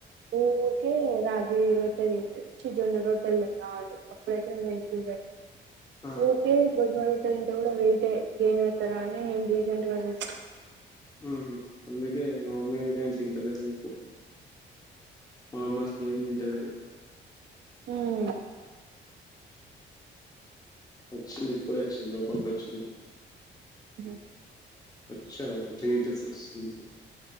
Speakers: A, on the right; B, on the left.
A: ఊరికే రాగిరొట్టె తింటది. చి జోన్న రొట్టెలు తినాలి అప్పుడైతే వెహికల్
B: ఆహా!
A: ఊరికే గుడ్ మార్నింగ్ పెంట కూడా వెయిటే గెయిన్ అవుతారా అని నేను రీసెంట్గా చ్
B: ఉహు అందుకే మా అమ్మీ కూడా ఏం తింటలేదు మీ <unintelligible> మా అమ్మ అసలు ఏం తింటలేదు.
A: మ్
B: వచ్చింది ఇప్పుడే వచ్చింది. లోపలికి వచ్చింది.
A: చూసిన
B: వచ్చ వాటీటస్ వస్తుంది